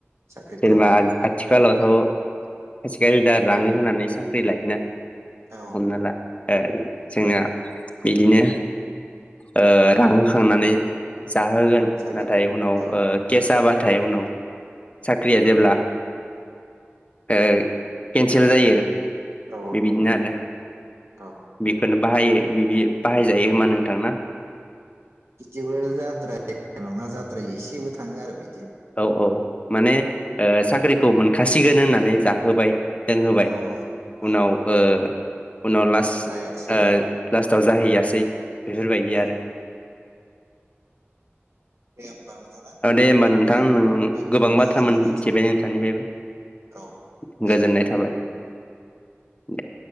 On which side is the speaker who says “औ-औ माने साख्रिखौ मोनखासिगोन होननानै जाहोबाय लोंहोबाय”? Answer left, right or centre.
Left